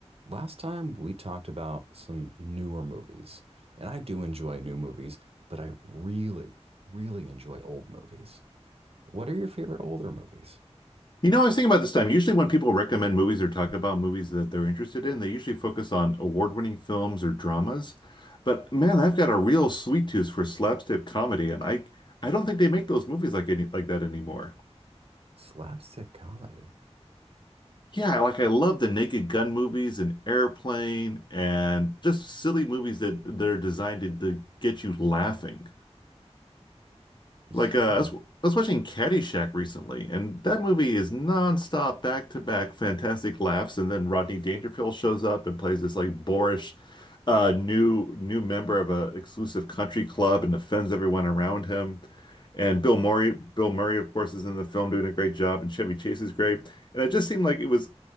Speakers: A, on the right; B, on the left.
A: Last time we talked about some newer movies, and I do enjoy new movies, but I really, really enjoy old movies. What are your favorite older movies?
B: You know, I was thinking about this time. Usually, when people recommend movies or talk about movies that they're interested in, they usually focus on award-winning films or dramas. But man, I've got a real sweet tooth for slapstick comedy, and I I don't think they make those movies like any like that anymore.
A: Slapstick comedy.
B: Yeah, like I love the Naked Gun movies and Airplane and just silly movies that that are designed to, to get you laughing.
A: Yeah.
B: Like uh, I was, I was watching Caddyshack recently, and that movie is nonstop, back to back, fantastic laughs, and then Rodney Dangerfield shows up and plays this like boorish uh, new new member of a exclusive country club and offends everyone around him. And Bill Murray, Bill Murray, of course, is in the film doing a great job, and Chevy Chase is great. And it just seemed like it was